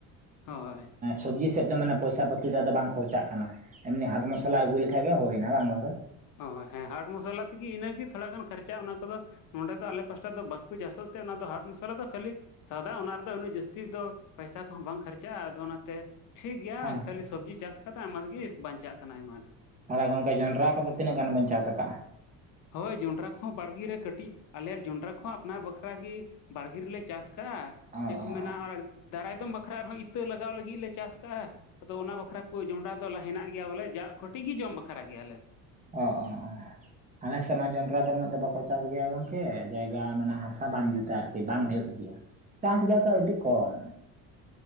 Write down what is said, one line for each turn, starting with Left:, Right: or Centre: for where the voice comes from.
Left: ᱦᱳᱭ
Right: ᱥᱚᱵᱡᱤ ᱥᱮᱫ ᱫᱚ ᱢᱟᱱᱮ ᱯᱚᱭᱥᱟ ᱯᱟᱛᱤ ᱫᱚ ᱵᱟᱝ ᱠᱷᱚᱨᱪᱟᱜ ᱠᱟᱱᱟ ᱮᱢᱱᱤ ᱦᱟᱴ ᱢᱚᱥᱞᱟ ᱟᱹᱜᱩ ᱞᱮᱠᱷᱟᱱ ᱛᱷᱮᱜᱮ ᱦᱩᱭᱱᱟ ᱵᱟᱝ ᱜᱚᱢᱠᱮ ᱜᱮ?
Left: ᱚ ᱦᱮᱸ ᱦᱟᱴ ᱢᱚᱥᱚᱞᱟ ᱛᱮᱜᱮ ᱤᱱᱟᱹᱜᱮ ᱛᱷᱚᱞᱟ ᱠᱷᱟᱱ ᱠᱷᱟᱨᱪᱟ ᱚᱱᱟ ᱠᱚᱫᱚ ᱱᱚᱰᱮ ᱫᱚ ᱟᱞᱮ ᱯᱟᱥᱴᱟ ᱫᱚ ᱵᱟᱠᱚ ᱪᱟᱥᱚᱜ ᱛᱮ ᱚᱱᱟ ᱫᱚ ᱦᱟᱴ ᱢᱚᱥᱞᱟ ᱫᱚ ᱠᱷᱟᱹᱞᱤ ᱥᱟᱣᱫᱟ ᱚᱱᱟ ᱨᱮᱫᱚ ᱩᱱᱟᱹᱜ ᱡᱟᱹᱥᱛᱤ ᱫᱚ ᱯᱟᱭᱥᱟ ᱠᱚᱦᱚᱸ ᱵᱟᱝ ᱠᱷᱟᱨᱪᱟᱜᱼᱟ ᱟᱫᱚ ᱚᱱᱟ ᱛᱮ ᱴᱷᱤᱠ ᱜᱮᱭᱟ
Right: ᱦᱮᱸ
Left: ᱠᱷᱟᱹᱞᱤ ᱥᱚᱵᱽᱡᱤ ᱪᱟᱥ ᱠᱟᱛᱮ ᱟᱭᱢᱟ ᱡᱤᱱᱤᱥ ᱵᱟᱧᱪᱟᱜ ᱠᱟᱱᱟ ᱟᱭᱢᱟ ᱰᱷᱮᱨ
Right: ᱛᱟᱞᱦᱮ ᱜᱚᱝᱠᱮ ᱡᱚᱸᱰᱨᱟ ᱠᱚᱫᱚ ᱛᱤᱱᱟᱹᱜ ᱜᱟᱱ ᱵᱮᱱ ᱪᱟᱥ ᱟᱠᱟᱟᱜᱼᱟ?
Left: ᱦᱳᱭ ᱡᱚᱸᱰᱨᱟ ᱠᱚᱦᱚᱸ ᱵᱟᱲᱜᱮ ᱨᱮ ᱠᱟᱹᱴᱤᱡ ᱟᱞᱮᱨ ᱡᱚᱸᱰᱨᱟ ᱠᱚᱦᱚᱸ ᱟᱯᱱᱟᱨ ᱵᱟᱠᱷᱨᱟ ᱜᱮ ᱵᱟᱲᱜᱮ ᱨᱮᱞᱮ ᱪᱟᱥ ᱠᱟᱜᱼᱟ
Right: ᱚ
Left: ᱪᱮᱫ ᱠᱚ
Right: ᱚ
Left: ᱢᱮᱱᱟ ᱟᱨ ᱫᱟᱨᱟᱭ ᱫᱚᱢ ᱵᱟᱠᱷᱨᱟ ᱟᱨᱦᱚᱸ ᱤᱛᱟᱹ ᱞᱟᱜᱟᱣ ᱞᱟᱹᱜᱤᱫ ᱞᱮ ᱪᱟᱥ ᱠᱟᱜᱼᱟ᱾ ᱟᱫᱚ ᱚᱱᱟ ᱵᱟᱠᱷᱨᱟ ᱠᱚ ᱡᱚᱸᱰᱨᱟ ᱫᱚ ᱦᱮᱱᱟᱜ ᱜᱮᱭᱟ ᱵᱚᱞᱮ ᱡᱟᱜ ᱠᱟᱴᱤᱡ ᱜᱮ ᱡᱚᱢ ᱵᱟᱠᱷᱨᱟ ᱜᱮᱭᱟᱞᱮ᱾
Right: ᱚ ᱚ ᱚ- ᱟᱞᱮᱥᱮᱫ ᱢᱟ ᱡᱚᱱᱰᱨᱟ ᱫᱚ ᱩᱱᱟᱹᱜ ᱫᱚ ᱵᱟᱠᱚ ᱪᱟᱥ ᱜᱮᱭᱟ ᱜᱚᱝᱠᱮ ᱡᱟᱭᱜᱟ ᱢᱣᱱᱟᱜ ᱦᱟᱥᱟ ᱵᱟᱝ ᱡᱩᱛᱟ ᱟᱨᱠᱤ᱾ ᱵᱟᱝ ᱦᱩᱭᱩᱜ ᱜᱮᱭᱟ ᱪᱟᱥ ᱜᱟᱜᱟ ᱠᱚ ᱟᱹᱰᱤ ᱠᱚᱢ᱾